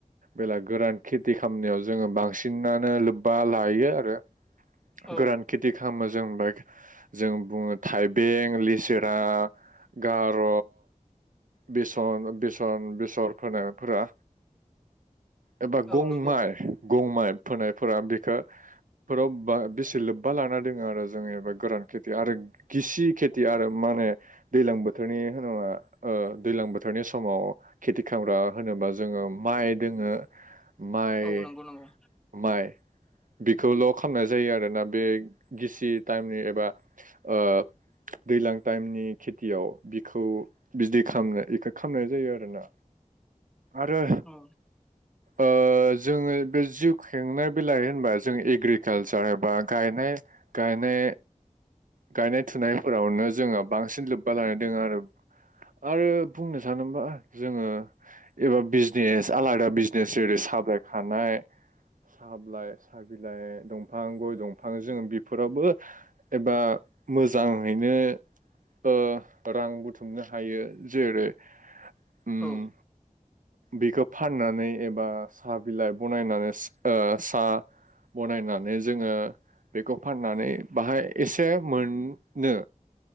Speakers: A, on the right; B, in the centre.
A: बेला गोरान खेथि खालामनायाव जोङो बांसिनानो लोब्बा लायो आरो गोरान
B: औ
A: खेथि खालाम <unintelligible> जों जों बुङो थाइबें, लिसेरा, गार' बेसन बेसन बेसर फुनायफोरा एबा
B: औ
A: गं
B: नंगौ
A: माइ गं माइ फोनायफोरा बे खो फोराव बा बेसे लोब्बा लाना दोङो आरो <unintelligible> गोरान खेथि आरो गिसि खेथि आरो माने दैलां बोथोरनि होनोबा ओ दैलां बोथोरनि समाव खेथि खामग्रा होनोबा जोङो माइ दोङो माइ
B: औ नंगौ नंगौ
A: माइ बि <unintelligible> खामनाय जायो आरोना बे गिसि टाइमनि एबा ओ दैलां टाइमनि खेथियाव बिखौ बिदि खामनो इदि खामनाय जायो आरोना आरो
B: औ
A: अ जोङो बे जिउ खेंनाय बिलाय होनबा जों एग्रिकालसार एबा गायनाय गायनाय गायनाय थुनायफोरावनो जोङो बांसिन लोब्बा लानाय दङ आरो आरो बुंनो सानोबा जोङो एबा बिजनेस आलादा बिजनेस जेरै साब्लाय खानाय साब्लाइ साहा बिलाइ दंफां गय दंफां जों बेफोरावबो एबा मोजाङैनो अ रां बुथुमनो हायो जेरै उम
B: औ
A: बेखौ फाननानै एबा साहा बिलाइ बनायनानै ओ सा बनायनानै जोङो बेखौ फाननानै बाहाय एसे मोनो